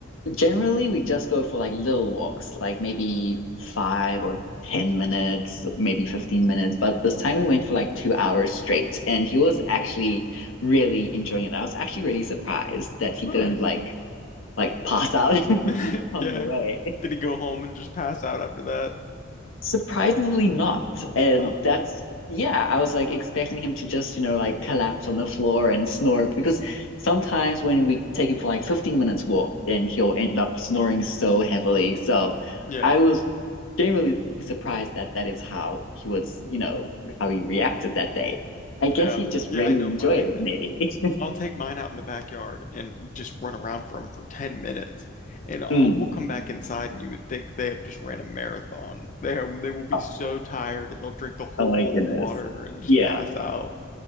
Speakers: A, on the left (about 85°); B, on the left (about 40°).
A: Generally, we just go for like little walks, like maybe five or 10 minutes, maybe 15 minutes. But this time we went for like two hours straight, and he was actually really enjoying it. I was actually really surprised that
B: Nice.
A: he didn't like like pass out
B: <laughs>
A: <laughs> on
B: Yeah.
A: the way.
B: Did he go home and just pass out after that?
A: Surprisingly not. And
B: Huh.
A: that's, yeah, I was like expecting him to just, you know, like collapse on the floor and snore because sometimes when we take him for like 15 minutes walk, then he'll end up snoring so heavily. So
B: Yeah.
A: I was genuinely surprised that that is how he was, you know, how he reacted that day. I guess
B: Yeah.
A: he just
B: Yeah,
A: really
B: I know
A: enjoyed
B: mine.
A: it, maybe. <laughs>
B: I'll take mine out in the backyard and just run around for him for 10 minutes. And I'll,
A: Mm.
B: we'll come back inside and you would think they have just ran a marathon. They are, they will be
A: Oh,
B: so tired and they'll drink the whole
A: oh
B: bowl
A: my goodness.
B: of water and just
A: Yeah.
B: pass out.